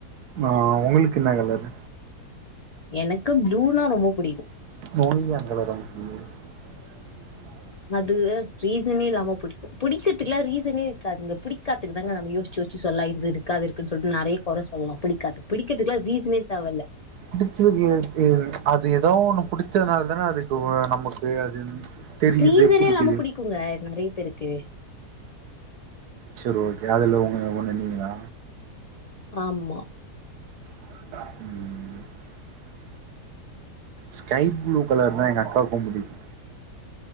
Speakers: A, on the right; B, on the left.
A: ஆ உங்களுக்கு என்ன கலரு
B: எனக்கு ப்ளூனா ரொம்ப பிடிக்கு
A: <unintelligible>
B: அது ரீசனேல்லாம பிடிக்கு பிடிக்கதுக்குல்லா ரீசனேருக்காதுங்க பிடிக்காததுக்கு தாங்க நம்ம யோசிச் யோ ச்சு சொல்ல இதுருக்கு அதுருக்குன்னு சொல்லிட்டு நெறய குற சொல்லா பிடிக்காது பிடிக்குரதுக்குள்ள ரீசனே தேவ இல்ல
A: புடிச்சதுக்கு ஏ அது ஏதோ ஒண்ணு புடிச்சதுனால தான அது <unintelligible> நமக்கு அது தெரியுது
B: ரீசனே
A: புடிக்குது
B: இல்லாம புடிக்குங்க நெறைய பேருக்கு
A: செரி ஓகே அதுல உங்க ஒண்ணு நீங்களா
B: ஆமா
A: <inaudible> ஸ்கை ப்ளூ கலர்னா எங்க அக்காவுக்கு புடிக்கு